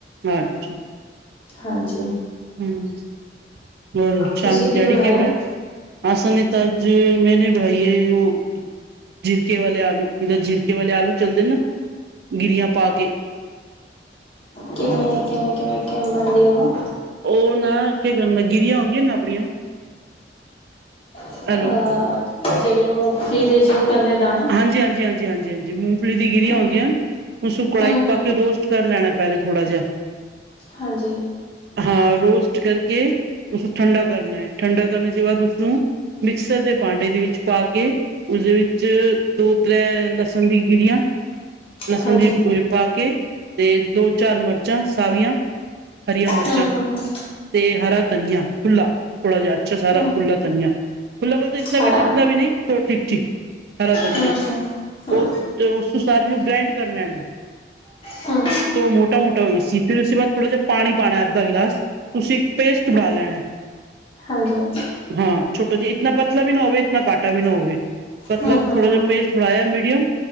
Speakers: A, on the right (about 60°); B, on the left (about 30°).
A: ਅੱਛਾ ਹੂ
B: ਹਾਂਜੀ।
A: ਹਾਂਜੀ ਹੋਰ ਸ਼ਾਮ
B: ਤੁਸੀਂ ਕੀ
A: ਦਿਹਾੜੀ
B: ਬਣਾਇਆ?
A: ਕਿਵੜਾ ਅਸਾਂ ਨੇ ਤੇ ਅੱਜ ਮੈਨੇ ਬਣਾਈ ਏ ਓ ਜੀਰਕੇ ਵਾਲੇ ਆਲੂ ਜਿੱਦਾਂ ਜੀਰਕੇ ਵਾਲੇ ਆਲੂ ਚੱਲਦੇ ਨਾ ਗਿਰੀਆਂ ਪਾ ਕੇ
B: ਕਿਵੇਂ ਕਿਵੇਂ ਕਿਵੇਂ ਕਿਵੇ ਬਣਦੀ ਉਹੋ
A: ਉਹ ਨਾ ਕੇ ਗਿਰੀਆਂ ਹੁੰਦੀਆਂ ਨੇ ਆਪਣੀਆਂ
B: ਅ
A: ਹੈਲੋ
B: ਜਿਹੜੀ ਮੂੰਗਫਲੀ ਦੇ ਜਿਹਨੂੰ ਕਹਿੰਦੇ ਦਾਣੇ
A: ਹਾਂਜੀ ਹਾਂਜੀ ਹਾਂਜੀ ਹਾਂਜੀ ਹਾਂਜੀ ਮੂੰਗਫਲੀ ਦੀ ਗਿਰੀਆਂ
B: ਹੂੰ
A: ਹੁੰਦੀਆਂ ਹਨ ਉਸ ਨੂੰ ਕੜਾਈ
B: ਹੂੰ
A: ਚ
B: ਹੂੰ
A: ਪਾ
B: ਹੂੰ
A: ਕੇ ਰੋਸਟ ਚਲ ਲੈਣਾ ਪਹਿਲੇ ਥੋੜਾ ਜਿਹਾ
B: ਹਾਂਜੀ
A: ਹਾਂ ਰੋਸਟ ਕਰਕੇ ਉਸਨੂੰ ਠੰਡਾ ਕਰਨਾ ਹੈ ਠੰਡਾ ਕਰਨ ਤੋਂ ਬਾਅਦ ਉਸਨੂੰ ਮਿਕਸਰ ਦੇ ਭਾਂਡੇ ਦੇ ਵਿੱਚ ਪਾ ਕੇ ਉਹਦੇ ਵਿੱਚ ਦੋ ਤ੍ਰੈ ਲਸਣ ਦੀ ਗਿਰੀਆਂ ਲਸਣ
B: ਹਾਂਜੀ
A: ਦੀ ਪਾ ਕੇ ਤੇ ਦੋ ਚਾਰ ਮਰਚਾਂ ਸਾਵੀਆਂ ਹਰੀਆਂ ਮਰਚਾਂ
B: ਹੂੰ ਹੂੰ ਹੂੰ
A: ਤੇ ਹਰਾ ਧਨੀਆਂ ਖੁੱਲਾ ਥੋੜਾ ਜਿਹਾ ਅੱਛਾ ਸਾਰਾ
B: ਹੂੰ,
A: ਖੁੱਲਾ ਧਨੀਆਂ ਖੁਲਾਬਲ ਤਾਂ ਇਤਨਾ
B: ਹਰਾ
A: ਵੀ ਟਿਕਣਾ ਵੀ ਨਹੀਂ ਠੀਕ ਠੀਕ ਹਰਾ ਧਨੀਆ
B: ਹੂੰ, ਹੂੰ, ਹੂੰ,
A: ਉਹ ਤੇ ਉਸਨੂੰ ਸਾਰੀ ਨੂੰ ਗ੍ਰੈਂਡ ਕਰਨਾ
B: ਹੂੰ,
A: ਤੋਂ ਮੋਟਾ ਮੋਟਾ ਹੋਈ ਸੀ ਫਿਰ ਉਸ ਦੇ ਬਾਦ ਥੋੜਾ ਜ ਪਾਣੀ ਪਾਉਣਾ ਅੱਧਾ ਗਿਲਾਸ। ਤੁਸੀਂ ਇੱਕ ਪੇਸਟ ਬਣਾ ਲੈਣਾ ਐ।
B: ਹਾਂਜੀ।
A: ਹਾਂ ਛੋਟਾ ਜੀ ਇਤਨਾ ਪਤਲਾ ਵੀ ਨਾ ਹੋਵੇ, ਇਤਨਾ ਕਾਂਟਾ ਵੀ ਨਾ ਹੋਵੇ।
B: ਹੂੰ,
A: ਮਤਲਬ
B: ਹੂੰ,
A: ਥੋੜ੍ਹਾ
B: ਹੂੰ,
A: ਜਿਹਾ ਪੇਸਟ ਬਣਾਇਆ ਮੀਡੀਅਮ,